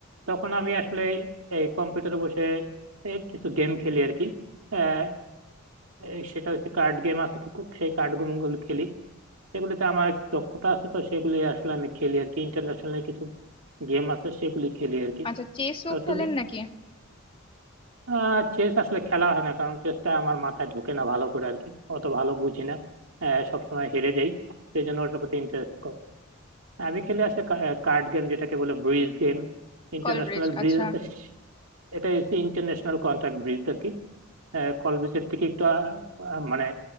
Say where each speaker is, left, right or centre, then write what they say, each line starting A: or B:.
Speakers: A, on the right; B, on the left.
A: তখন আমি আসলে এই কম্পিউটারে বসে এই কিছু গেম খেলি আর কি আহ, এই সেটা হচ্ছে কার্ড গেম আছে কিছু সেই কার্ড গেম গুলো খেলি সেগুলিতে আমার একটু দক্ষতা আছে তো সেগুলি আসলে আমি খেলি আর কি ইন্টারন্যাশনাল কিছু গেম আছে সেগুলি খেলি আর কি
B: আচ্ছা চেসও
A: তো
B: খেলেন
A: তুমি
B: নাকি
A: আহ চেস আসলে খেলা হয় না কারণ চেসটা আমার মাথায় ঢুকে না ভালো করে আর কি অত ভালো বুঝি না আহ, সবসময় হেরে যাই সেই জন্য ওটার প্রতি ইন্টারেস্ট কম আমি খেলে আসে কার্ড গেম যেটাকে বলে ব্রিজ গেম ইন্টারন্যাশনাল
B: কল ব্রিজ
A: ব্রিজ
B: আচ্ছা
A: আছে এটা হচ্ছে ইন্টারন্যাশনাল কন্ট্রাক্ট ব্রিজ আর কি কল ব্রিজের থেকে একটু আহ, মানে